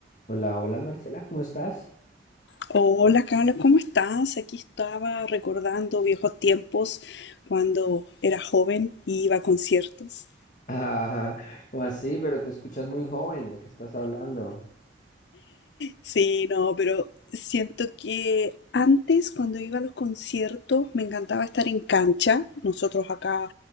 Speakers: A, on the left (about 45°); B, on the left (about 65°).
A: Hola, hola Marcela, ¿cómo estás?
B: Hola Carlos, ¿cómo estás? Aquí estaba recordando viejos tiempos cuando era joven y iba a conciertos.
A: <laughs> Ajá, ¿cómo así? Pero te escuchas muy joven, ¿de qué estás hablando?
B: Sí, no, pero siento que antes, cuando iba a los conciertos, me encantaba estar en cancha. Nosotros acá,